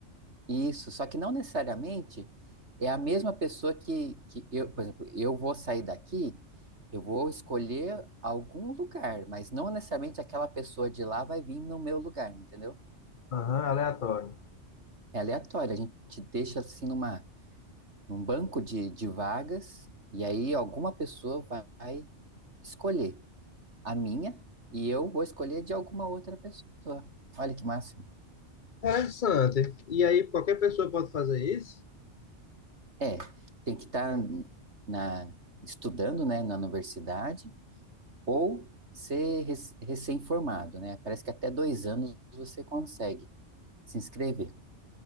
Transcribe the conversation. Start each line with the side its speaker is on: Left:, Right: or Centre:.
Right: isso, só que não necessariamente é a mesma pessoa que, que eu, por exemplo, eu vou sair daqui, eu vou escolher algum lugar, mas não necessariamente aquela pessoa de lá vai vir no meu lugar, entendeu?
Left: Aham, aleatório.
Right: É aleatório, a gente deixa assim numa, num banco de, de vagas e aí alguma pessoa vai escolher. a minha e eu vou escolher de alguma outra pessoa. Olha que máximo.
Left: Interessante. E aí, qualquer pessoa pode fazer isso?
Right: É, tem que estar na estudando, né, na universidade ou ser rec- recém-formado, né? Parece que até dois anos você consegue se inscrever.